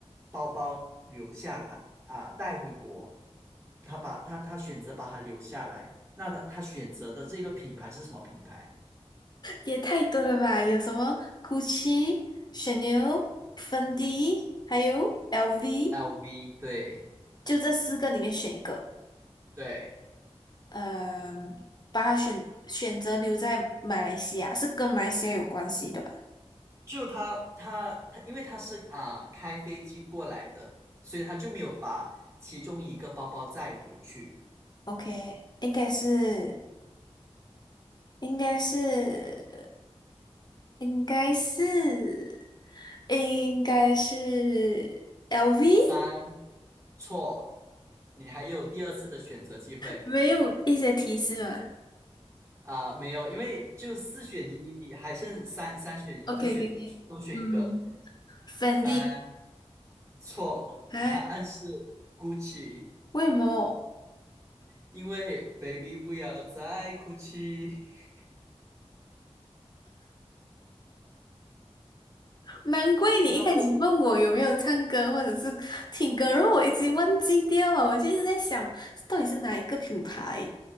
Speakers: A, on the right (about 30°); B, on the left (about 40°).
A: 包包留下来啊、带回国，他把他他选择把它留下来。那他他选择的这个品牌是什么品牌
B: 也太多了吧？有什么 Gucci、c 牛、a n 还有 LV，
A: ？LV，对
B: 就这四个里面选一个，
A: 对。
B: 嗯、把它选选择留在马来西亚，是跟马来西亚有关系的吧
A: 就他他他，因为他是啊、开飞机过来的，所以他就没有把其中一个包包载回去。
B: ？OK，应该是，应该是，应该是，应该是 LV。
A: 三，错，你还有第二次的选择机会
B: 没有一些提示吗
A: 啊、没有，因为就四选一，你还剩三三选一，
B: ？OK
A: 你就选多选一个。
B: OK OK，嗯，Fendi，
A: 三，错，
B: 哎，
A: 答案是 Gucci，
B: 为么？
A: 因为 Baby 不要再哭泣。<laughs>
B: 难怪你一开始问我有没有唱歌或者是听歌，
A: 你知道这
B: 然后我已经忘记掉了。我就一直在想，到底是哪一个品牌？